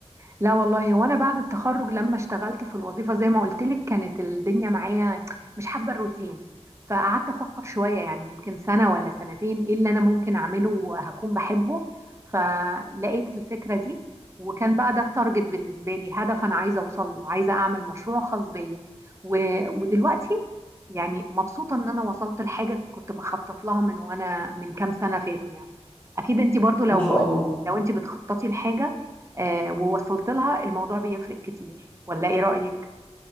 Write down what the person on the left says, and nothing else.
ما شاء الله